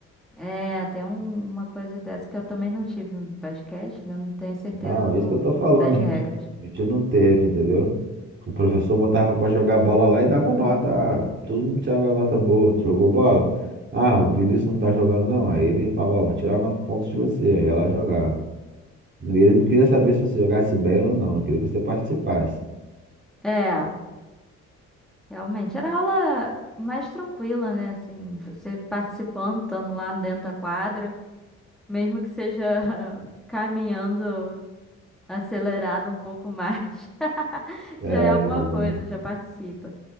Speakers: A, in the centre; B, on the right (about 40°).
A: É, tem um- uma coisa dessa que eu também não tive em basquete, né? Não tenho certeza
B: Não, é
A: do,
B: isso que eu tô falando,
A: das
B: a
A: regras.
B: gente. A gente não teve, entendeu? O professor botava pra jogar bola lá e dava nota. Ah, todo mundo tirava nota boa. Tu Jogou bola? Ah, o Vinícius não tá jogando, não. Aí ele falava, ó, vou tirar nota pontos de você. Aí ela jogava. E Ele não queria saber se você jogasse bem ou não, ele queria que você participasse.
A: É, realmente, era aula mais tranquila, né? Assim, você participando, estando lá dentro da quadra, mesmo que seja <laughs> caminhando acelerado um pouco mais, <laughs>
B: É,
A: já é alguma coisa, já participa.